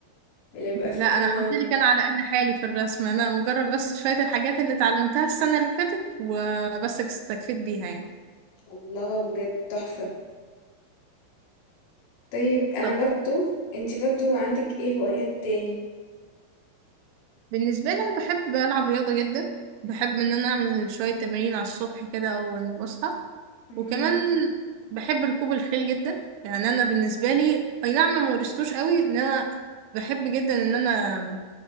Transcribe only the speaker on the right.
لا
انا قلت لك انا على قد حالي في الرسم انا مجرد بس شوية الحاجات اللي اتعلمتها السنة اللي فاتت وبس استكفيت بيها يعني
طب
بالنسبة لي أنا بحب ألعب رياضة جدا بحب إن أنا أعمل شوية تمارين على الصبح كده أول ما بصحى
وكمان بحب ركوب الخيل جدا يعني أنا بالنسبة لي أي نعم ما مارستوش قوي إن أنا بحب جدا إن أنا